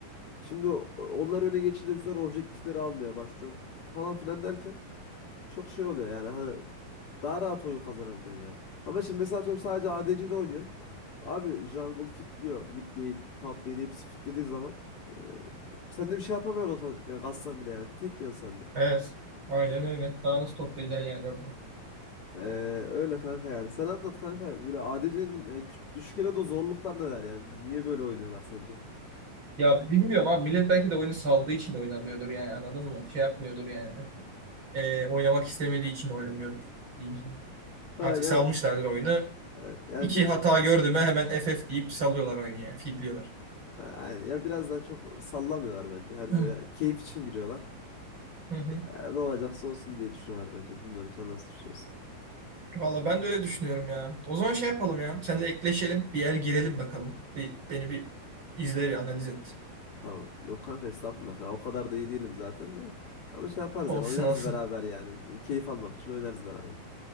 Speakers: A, on the left; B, on the right.
A: Şimdi o- onlar öne geçince bu sefer objektifleri almaya başlıyorsun falan filan derken çok şey oluyor yani hani daha rahat oyun kazanabiliyorsun yani. Ama şimdi mesela atıyorum sadece ADC'de oynuyorsun. Abi jungle fitliyor. Mid lane, top lane hepsi fitlediği zaman e, sen de bir şey yapamıyorsun o ta- yani kassan bile yani. Tek yön sende.
B: Evet. Aynen öyle. Daha nasıl toplayacaksın yani orada?
A: Ee, öyle kanka yani. Sen anlat kanka. Böyle ADC'nin yani küç- düşük elo de zorluklar neler yani? Niye böyle oynuyorlar sence?
B: Ya bilmiyorum abi millet belki de oyunu saldığı için de oynamıyordur yani anladın mı? Şey yapmıyordur yani. Ee, oynamak istemediği için de oynamıyordur diyeyim sana.
A: Ha
B: Artık
A: yani
B: salmışlardır oyunu.
A: evet. Yani
B: İki
A: çok
B: hata gördü mü hemen F F deyip salıyorlar oyunu yani. Fitliyorlar.
A: Ha, Aynen. Ya biraz daha çok sallamıyorlar bence. Hani
B: Hı
A: böyle keyif için giriyorlar.
B: hı. hı.
A: Ya ne olacaksa olsun diye düşünüyorlar bence. Bilmiyorum sen nasıl düşünüyorsun?
B: Valla ben de öyle düşünüyorum ya. O zaman şey yapalım ya. Seninle ekleşelim. Bir yer girelim bakalım. Bir, beni bir izle bir analiz et.
A: Tamam. Yok kanka estağfurullah. ya. O kadar da iyi değilim zaten de. Ama şey yaparız
B: Olsun
A: yani oynarız
B: olsun.
A: beraber yani. Keyif almak için oynarız beraber.